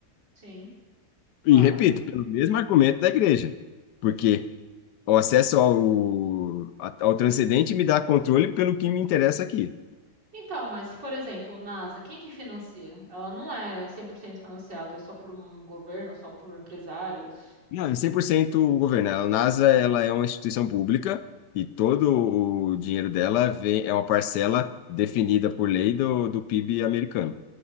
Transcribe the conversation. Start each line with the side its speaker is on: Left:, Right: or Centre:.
Right: sim, claro.
Left: E repito, pelo mesmo argumento da igreja. Porque o acesso ao, a- ao transcendente me dá controle pelo que me interessa aqui.
Right: Então, mas, por exemplo, NASA, quem que financia? Ela não é 100% financiada só por um governo, só por empresários.
Left: Não, é 100% o governo. A NASA, ela é uma instituição pública e todo o dinheiro dela vem, é uma parcela definida por lei do, do PIB americano.